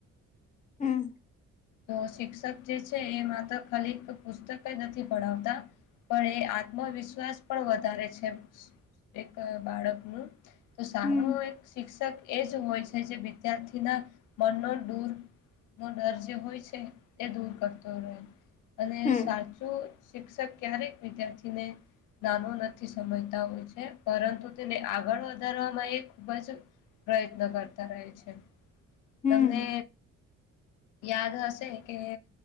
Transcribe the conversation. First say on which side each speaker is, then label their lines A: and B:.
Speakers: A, on the left; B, on the left.
A: હમ..
B: તો શિક્ષક જે છે એ માત્ર ખાલી પુસ્તક જ નથી પઢાવતા. પણ એ આત્મવિશ્વાસ પણ વધારે છે <inaudible> એક બાળકનું તો સારો
A: હમ
B: એક શિક્ષક એ જ હોય છે, જે વિદ્યાર્થીના મનનો દૂર નો ડર જે હોય છે એ દૂર કરતો રહે, અને
A: હમ
B: સાચું શિક્ષક ક્યારેક વિદ્યાર્થીને નાનો નથી સમજતા હોય છે પરંતુ તેને આગળ વધારવામાં એ ખૂબ જ પ્રયત્ન કરતા રહે છે.
A: હમ
B: તમને યાદ હશે કે,